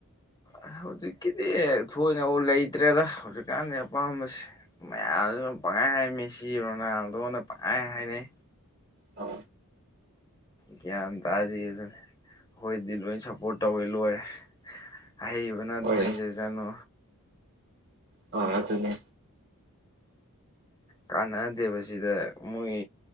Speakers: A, on the left; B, on the right.
A: ꯑꯁ ꯍꯧꯖꯤꯛꯀꯤꯗꯤ ꯊꯣꯏꯅ ꯂꯩꯇ꯭ꯔꯦꯗ ꯍꯧꯖꯤꯛꯀꯥꯟꯗꯤ ꯑꯄꯥꯝꯕꯁꯤ꯫ ꯃꯌꯥꯝꯁꯨ ꯄꯪꯍꯥꯏ ꯍꯥꯏ ꯃꯦꯁꯤ ꯔꯣꯅꯥꯜꯗꯣꯅ ꯄꯪꯍꯥꯏ ꯍꯥꯏꯅꯩ꯫
B: ꯑ꯫
A: ꯒꯌꯥꯟ ꯇꯥꯗꯦ ꯗꯨꯅꯦ꯫ ꯑꯩꯈꯣꯏꯗꯤ ꯂꯣꯏ ꯁꯞꯄꯣꯔꯠ ꯇꯧꯋꯦ ꯂꯣꯏꯔꯦ ꯑꯍꯩꯕꯅ ꯑꯗꯨꯝ
B: ꯍꯣꯏ
A: ꯍꯩꯖꯁꯅꯨ꯫
B: ꯑꯣ ꯑꯗꯨꯅꯦ꯫
A: ꯀꯥꯟꯅꯗꯦꯕꯁꯤꯗ ꯃꯣꯏ